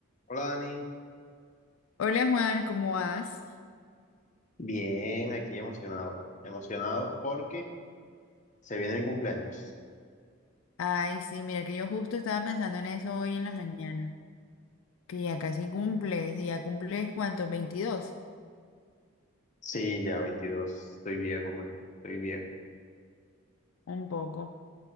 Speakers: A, on the left; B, on the left.
A: Hola Dani,
B: Hola Juan, ¿cómo vas?
A: bien, aquí emocionado, emocionado porque se viene mi cumpleaños.
B: Ay, sí, mira que yo justo estaba pensando en eso hoy en la mañana, que ya casi cumples, y ya cumples ¿cuánto? veintidós,
A: Sí, ya veintidós, estoy viejo, marica, estoy viejo.
B: un poco.